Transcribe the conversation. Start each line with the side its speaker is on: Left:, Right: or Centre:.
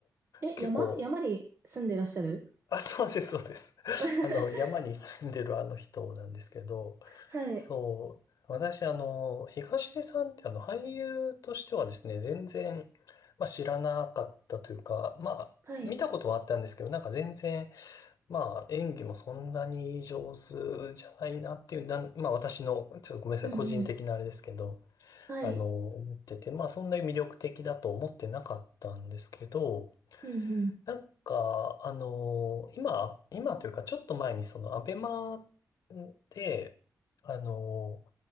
Right: え、
Left: 結構、
Right: 山山に住んでらっしゃる
Left: あ、そうです、そうです。
Right: <laughs>
Left: あの、山に住んでるあの人なんですけど、
Right: はい、
Left: そう、私、あの、東出さんって、あの、俳優としてはですね、全然、まあ、知らなかったというか、まあ、
Right: はい、
Left: 見たことはあったんですけど、なんか全然、まあ、演技もそんなに上手じゃないなっていう、なんまあ私の、ちょっとごめんなさい、
Right: うんうん。
Left: 個人的なあれですけど、
Right: はい。
Left: あの、思ってて、まあそんなに魅力的だと思ってなかったんですけど、
Right: うんうん。
Left: なんか、あの、今、今というかちょっと前にそのアベマで、あの、